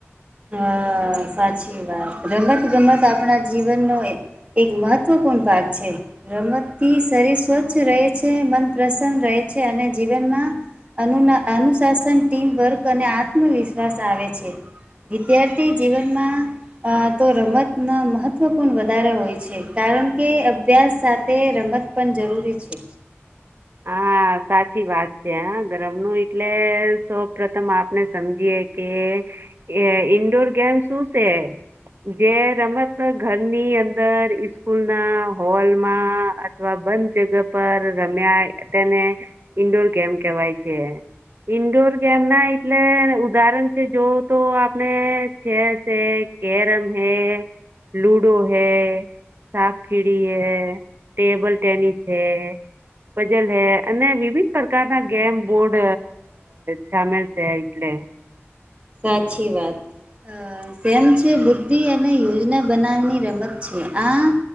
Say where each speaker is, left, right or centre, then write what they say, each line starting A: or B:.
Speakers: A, on the right (about 25°); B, on the right (about 50°).
A: હા સાચી વાત રમત ગમત આપણા જીવનનો એક મહત્વ પૂર્ણ ભાગ છે રમતથી શરીર સ્વચ્છ રહે છે મન પ્રસન્ન રહે છે અને જીવન ના અનુ અનુશાસન ટીમ વર્ક અને આત્મવિશ્વાસ આવે છે વિદ્યાર્થી જીવનમાં તો રમતના મહત્ત્વપણ વધારે હોય છે કારણ કારણ કે અભ્યાસ સાથે રમત પણ જરૂરી છે
B: હા હા સાચી વાત છે હ ગર્મ નું એટલે સૌપ્રથમ આપને સમજીયે કે એ ઇન્ડોર ગેમ શું છે જે રમત ઘરની અંદર ઈસ્કૂલ ના હોલમાં અથવા બંધ જગ્યા પર રમ્યા તેને ઈન્ડોર ગેમ કેવાય છે ઈન્ડોર ગેમ ના એટલે ઉદાહરણ છે જોવ તો આપણે છે કેરમ હૈ લુડો હૈ સાપ ખીડી હે ટેબલ ટેનિસ હે પછી અને વિવિધ પ્રકાર ના ગેમ બોર્ડ સામેલ છે એટલે <inaudible>
A: સાચી વાત અ સેમ છે બુદ્ધિ અને યોજના બનાવની રમત છે આ